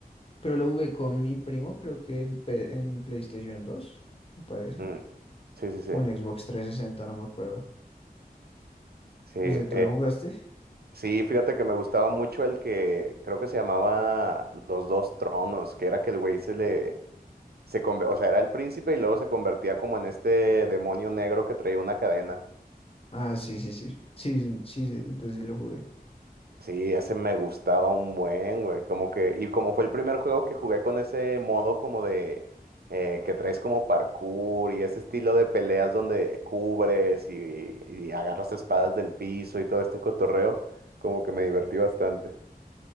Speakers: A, on the left; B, on the right.
A: pero lo jugué con mi primo, creo que el pe- en PlayStation dos me parece.
B: Mm, sí, sí, sí.
A: O en Xbox trescientos sesenta no me acuerdo.
B: Sí, eh,
A: ¿Ese tú lo jugaste?
B: sí, fíjate que me gustaba mucho el que creo que se llamaba Los Dos Tronos, que era que el güey se le, se conve- o sea, era el príncipe y luego se convertía como en este demonio negro que traía una cadena.
A: Ah, sí, sí, sí. Sí, sí, sí, entonces sí lo jugué.
B: Sí, ese me gustaba un buen, güey. Como que, y como fue el primer juego que jugué con ese modo como de eh, que traes como parkour y ese estilo de peleas donde cubres y, y agarras espadas del piso y todo este cotorreo, como que me divertí bastante.